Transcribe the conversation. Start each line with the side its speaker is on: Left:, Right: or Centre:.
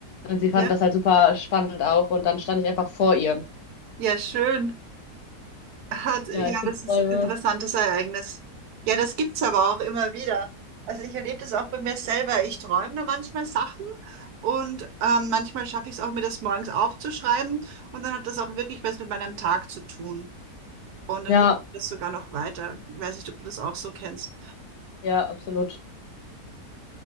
Left: Und sie fand
Right: Ja,
Left: das halt super spannend auch. Und dann stand ich einfach vor ihr.
Right: ja, schön. Hat, ja,
Left: Ja, ich finde
Right: das ist
Left: Träume.
Right: ein interessantes Ereignis. Ja, das gibt's aber auch immer wieder. Also ich erlebe das auch bei mir selber. Ich träume da manchmal Sachen und ähm, manchmal schaffe ich es auch, mir das morgens aufzuschreiben. Und dann hat das auch wirklich was mit meinem Tag zu tun. Und dann
Left: Ja,
Right: hilft mir das sogar noch weiter. Ich weiß nicht, ob du das auch so kennst.
Left: ja, absolut.